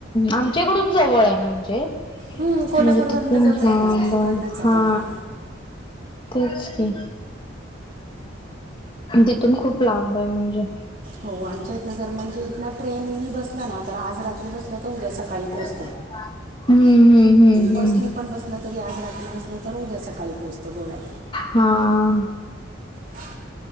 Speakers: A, on the left (about 25°); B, on the right (about 45°).
A: आमच्याकडून जवळ आहे म्हणजे
B: हं,
A: म्हणजे
B: कोल्हापूरवरनं
A: किती?
B: जवळ
A: हा
B: आहे ना तिकडनंच
A: ब
B: जातात
A: हा
B: ना
A: तेच की, तिथून खूप लांब हाय म्हणजे?
B: हो, आमच्या इथनं जर म्हणजे इथन ट्रेननी बसला ना, तर आज रात्री बसला तर उद्या सकाळी पोहोचत.
A: <unintelligible> हम्म हम्म
B: बस
A: हम्म
B: नी पण बसल तरी, आज रात्री बसलं तर उद्या सकाळी पोहोचत. गोव्यात
A: हा
B: हा आ.